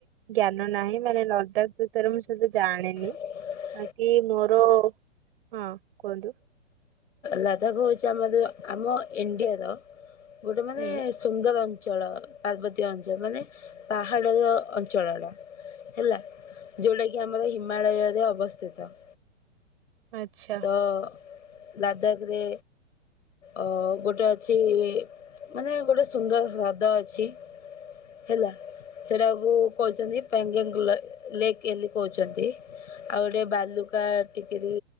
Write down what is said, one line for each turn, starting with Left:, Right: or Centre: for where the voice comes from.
Right: ଜ୍ଞାନ ନାହିଁ ମାନେ ଲଦାଖ ଭିତରେ ମୁଁ ସହିତ ଜାଣିନି।
Left: <inaudible>
Right: ବାକି ମୋର ହଁ କୁହନ୍ତୁ?
Left: ଲଦାଖ ହଉଛି ଆମର ଆମ ଇଣ୍ଡିଆର ଗୋଟେ ମାନେ
Right: ହୁଁ।
Left: ସୁନ୍ଦର ଅଞ୍ଚଳ ପାର୍ବତୀୟ ଅଞ୍ଚଳ ମାନେ ପାହାଡ ଯୋ ଅଞ୍ଚଳଟା। ହେଲା ଯୋଉଟା କିି ଆମର ହିମାଳୟରେ ଅବସ୍ଥିତ।
Right: ଆଚ୍ଛା।
Left: ଅ ଲାଦକ ରେ ଅ ଗୋଟେ ଅଛି ମାନେ ଗୋଟେ ସୁନ୍ଦର ହ୍ରାଦ ଅଛି ହେଲା। ସେଟାକୁ କହୁଛନ୍ତି ପେଙ୍ଗେଙ୍ଗ ଗୁଲା ଲେକ୍ ହେଲି କହୁଛନ୍ତି। ଆଉ ଗୋଟେ ବାଲୁକା ଟିକେରି